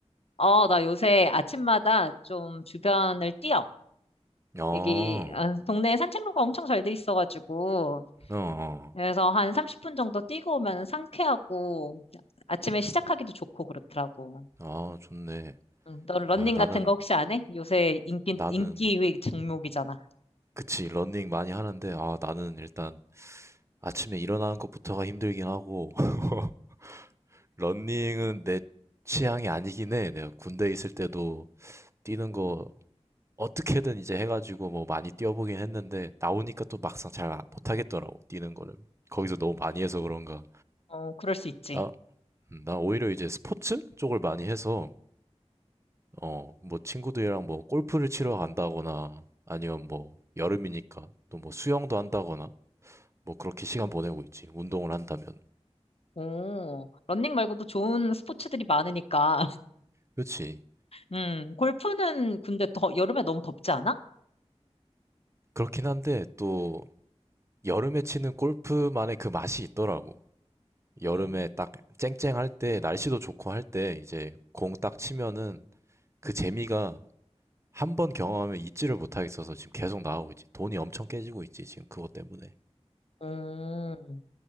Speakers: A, on the left; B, on the right.
A: 어, 나 요새 아침마다 좀 주변을 뛰어.
B: 어,
A: 여기 아, 동네에 산책로가 엄청 잘 돼 있어가지고
B: 어, 어,
A: 그래서 한 30분 정도 뛰고 오면 상쾌하고 아침에 시작하기도 좋고 그렇더라고.
B: 아, 좋네.
A: 응, 너 러닝
B: 아, 나는,
A: 같은 거 혹시 안 해? 요새 인기,
B: 나는,
A: 인기 종목이잖아.
B: 그치, 러닝 많이 하는데, 아, 나는 일단 아침에 일어나는 것부터가 힘들긴 하고, <laughs> 러닝은 내 취향이 아니긴 해. 내가 군대 있을 때도 뛰는 거 어떻게든 이제 해가지고 뭐 많이 뛰어보긴 했는데, 나오니까 또 막상 잘 안- 못하겠더라고, 뛰는 거를. 거기서 너무 많이 해서 그런가.
A: 어, 그럴 수 있지.
B: 나, 음, 나 오히려 이제 스포츠 쪽을 많이 해서, 어, 뭐 친구들이랑 뭐 골프를 치러 간다거나, 아니면 뭐 여름이니까 또 뭐 수영도 한다거나, 뭐 그렇게 시간 보내고 있지. 운동을 한다면.
A: 오, 러닝 말고도 좋은 스포츠들이 많으니까. <laughs>
B: 그렇지.
A: 음, 골프는 근데 더, 여름에 너무 덥지 않아?
B: 그렇긴 한데 또 여름에 치는 골프만의 그 맛이 있더라고. 여름에
A: 음,
B: 딱 쨍쨍할 때, 날씨도 좋고 할 때, 이제 공 딱 치면은 그 재미가 한 번 경험하면 잊지를 못하겠어서 지금 계속 나오고 있지. 돈이 엄청 깨지고 있지, 지금 그것 때문에.
A: 음.